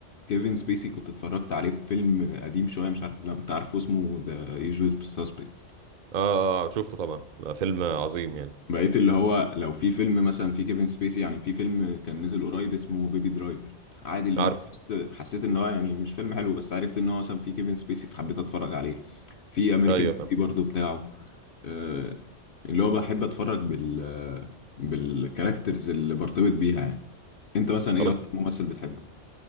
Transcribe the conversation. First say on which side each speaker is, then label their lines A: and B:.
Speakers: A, on the left; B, on the right.
A: كيفن سبيسي كنت اتفرجت عليه في فيلم قديم شوية مش عارف لو أنت عارفه اسمه ذا يوجوال سسبكتس
B: آه، آه، شفته طبعا آه، فيلم عظيم يعني
A: بقيت اللي هو لو في فيلم مثلا في كيفن سبيسي يعني في فيلم كان نزل قريب اسمه بيبي درايفر عادي اللي
B: عارفه
A: هو الكاست- حسيت ان هو يعني مش فيلم حلو بس عرفت ان هو مثلا في كيفن سبيسي فحبيت اتفرج عليه في امريكان
B: ايوه
A: بيوتي
B: فاهم
A: برضو بتاعه آه، اللي هو بحب اتفرج بال بالكاركترز اللي برتبط بيها يعني انت مثلا ايه
B: هو
A: اكتر ممثل بتحبه